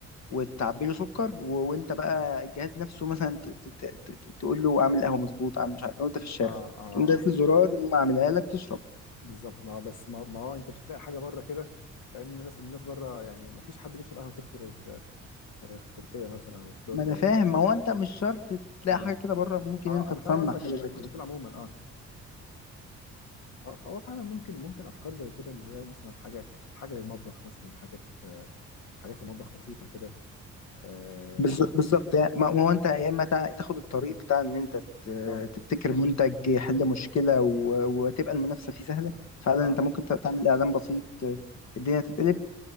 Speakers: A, on the left; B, on the left.
A: وتعبي له سكر و... وانت بقى الجهاز نفسه مثلا ت... ت... ت... ت... تقول له اعمل قهوه مظبوط اعمل مش عارف ايه وانت في الشارع
B: اه اه,
A: تقوم دايس
B: آه.
A: الزرار يقوم عاملها لك تشرب
B: بالظبط ما بس ما, ما هو انت مش هتلاقي حاجه بره كده لان الناس الناس بره يعني ما فيش حد بيشرب قهوه تركي غير غير في تركيا مثلا وفي دول
A: ما
B: قليله
A: انا فاهم ما هو انت مش شرط تلاقي
B: اه
A: حاجه كده بره ممكن
B: اه
A: انت
B: انا
A: تصنع
B: فاهم قصدك
A: حاجه
B: انت
A: زي
B: انت
A: كده
B: بتقول عموما اه آه، فهو فعلا ممكن ممكن افكار زي كده اللي هي مثلا حاجه حاجه للمطبخ مثلا حاجات آه، حاجات للمطبخ بسيطه كده آه
A: بالظ-
B: بس
A: بالظبط يعني
B: تنجز.
A: ما ما هو انت يا اما تع- تاخد الطريق بتاع ان انت ت-
B: اه
A: تبتكر منتج يحل مشكله و... وتبقى المنافسه فيه سهله فعلا
B: اه
A: انت ممكن ت- تعمل اعلان بسيط الدنيا تتقلب